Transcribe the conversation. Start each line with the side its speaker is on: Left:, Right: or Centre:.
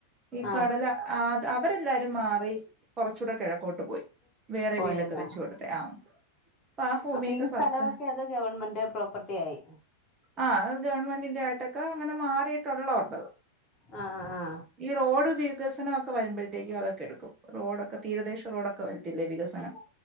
Right: ഈ
Left: ആഹ്
Right: കടല ആ അത് അവരെല്ലാരും മാറി കുറച്ചൂടെ കെഴക്കോട്ട് പോയി വേറെ
Left: പോയല്ലോ
Right: വീടൊക്കെ വെച്ചു
Left: ആഹ്
Right: കൊടുത്ത ആ പ്പൊ ആ ഭൂമിയൊക്കെ
Left: അപ്പൊ ഈ സ്ഥലമൊക്കെ
Right: സർക്കാർ
Left: അത് ഗവൺമെന്റ് പ്രോപ്പർട്ടി ആയി
Right: ആ അത് ഗവൺമെന്റിന്റെ ആയിട്ടൊക്കെ അങ്ങനെ മാറിയിട്ടുള്ളതൊണ്ട്
Left: ആ ആ ആ
Right: ഈ റോഡ് വികസന ഒക്കെ വരുമ്പോഴത്തേക്കും അതൊക്കെ എടുക്കും റോഡൊക്കെ തീരദേശ റോഡൊക്കെ വരത്തില്ലേ വികസനം